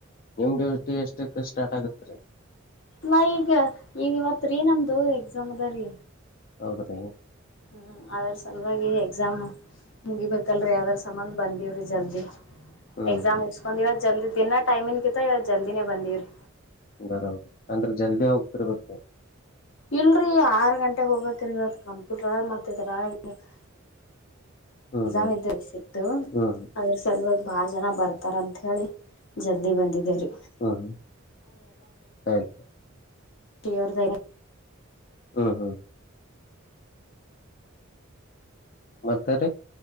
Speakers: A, on the left; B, on the left.
A: ನಿಮ್ ಡ್ಯೂಟಿ ಎಷ್ಟಕ್ ಸ್ಟಾರ್ಟ್ ಆಗುತ್ತೆ. ತ್ರಿ <inaudible>
B: ನಾ ಈಗ ಈಗ ಇವತ್ ರೀ ನಮ್ದು ಎಕ್ಸಾಮ್ ಅದ ರೀ.
A: ಹೌದ್ರೀ
B: ಹ್ಮ್ ಅದ್ರ ಸಲುವಾಗಿ ಎಕ್ಸಾಮ್ ಮುಗಿಬೇಕಲ್ರಿ ಅದರ ಸಂಬಂಧ ಬಂದೀವ್ರಿ ಜಲ್ದಿ.
A: ಹ್ಮ್
B: ಎಕ್ಸಾಮ್
A: ಹ್ಮ್
B: ಮುಗಸ್ಕೊಂಡ್ ಇವತ್ತ್ ಜಲ್ದಿ ದಿನ ಟೈಮ್ ಕಿಂತ ಇವತ್ತ್ ಜಲ್ದಿನೇ ಬಂದಿವ್ರಿ.
A: ಬರೋಬರಿ ಅಂದ್ರೆ ಜಲ್ದಿ ಹೋಗ್ತಿರ್ಬೇಕ.
B: ಇಲ್ರಿ ಆರ್ ಗಂಟೆಗ ಹೋಗಕರೆ <unintelligible> ಬಿಟ್ರ ಮತ್ತಿದ್ರ <unintelligible>
A: ಹ್ಮ್
B: ಜಾಮದ
A: ಹ್ಮ್
B: ಸಿತ್ತು
A: ಹ್ಮ್ ಹ್ಮ್
B: ಅದ್ರ ಸಲುವಾಗಿ ಬಾ ಜನ ಬರ್ತಾರ ಅಂತ ಹೇಳಿ ಜಲ್ದಿ ಬಂದಿದರಿ
A: ಹ್ಮ ಹಾಗ
B: ಅವ್ರದೈ
A: ಹ್ಮ್ ಹ್ಮ ಮತ್ತರಿೀ